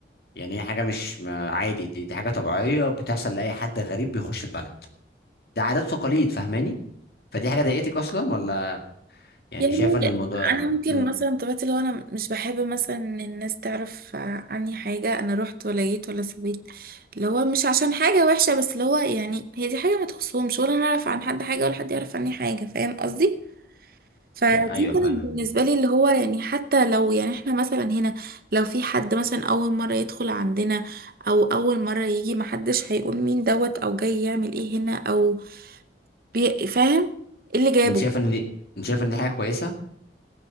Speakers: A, on the left (about 60°); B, on the right (about 50°).
A: يعني هي حاجه مش ما- عادي دي, دي حاجه طبيعيه بتحصل لاي حد غريب بيخش البلد ده عادات وتقاليد فاهماني فدي حاجه ضايقتك اصلا ولا يعني
B: يعني
A: شايفه ان الموضوع
B: انا ممكن
A: امم
B: مثلا طبيعتي لو انا مش بحب مثلا ان الناس تعرف عني حاجه انا رحت ولا جيت ولا سويت اللي هو مش عشان حاجه وحشه بس اللي هو يعني هي دي حاجه ما تخصهمش ولا انا اعرف عن حد حاجه ولا حد يعرف عني حاجه فاهم قصدي فدي
A: ايوه فاهم
B: كانت بالنسبه لي اللي هو يعني حتى لو يعني احنا مثلا هنا لو في حد مثلا اول مره يدخل عندنا او اول مره يجي محدش هيقول مين دوت او جاي يعمل ايه هنا او بي... فاهم إيه اللي جابه
A: انت شايفه ان دي انت شايفه ان دي حاجه كويسه